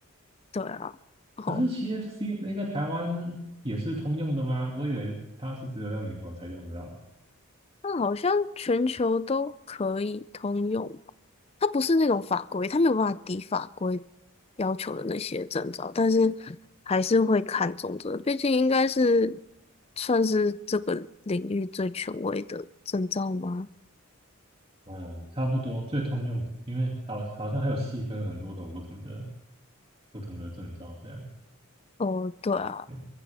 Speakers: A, on the left; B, on the right.
A: 对啊，哦。
B: 可是 CF CFA 在台湾也是通用的吗？我以为它是只有在美国才用得到。
A: 它好像全球都可以通用吧？它不是那种法规，它没有办法抵法规要求的那些证照，但是还是会看重这个，毕竟应该是算是这个领域最权威的证照吗？
B: 嗯，差不多，最通用的，因为好好像还有细分很多种不同的不同的证照这样。
A: 哦，对啊，
B: 对，